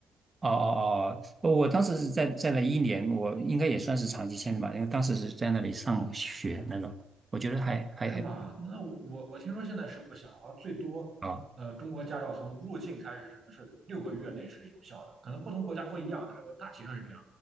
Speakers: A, on the right; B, on the right.
A: 哦哦哦，我当时是在在那一年，我应该也算是长期签的吧，因为当时是在那里上学那种，我觉得还还还
B: 是吗？那我我我听说现在是不行，好像最多，
A: 啊
B: 呃，中国驾照从入境开始只能是六个月内是有效的，可能不同国家不一样，但是我大体上是这样